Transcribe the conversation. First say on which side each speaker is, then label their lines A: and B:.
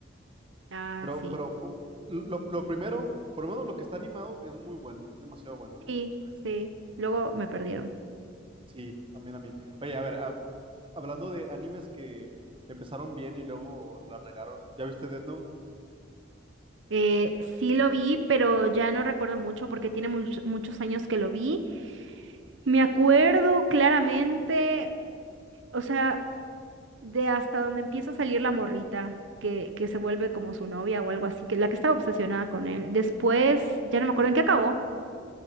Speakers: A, on the right; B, on the right.
A: Ah,
B: Pero,
A: sí.
B: pero fu- lo, lo primero, por lo menos lo que está animado es muy bueno. Es demasiado bueno de
A: Sí,
B: Jujutsu Kaisen.
A: sí. Luego me perdieron.
B: Sí, también a mí. Oye, a ver, a- hablando de animes que empezaron bien y luego la regaron. ¿Ya viste Death Note?
A: Eh, sí lo vi, pero ya no recuerdo mucho porque tiene much- muchos años que lo vi. Me acuerdo claramente, o sea. de hasta donde empieza a salir la morrita, que, que se vuelve como su novia o algo así, que la que estaba obsesionada con él. Después, ya no me acuerdo en qué acabó.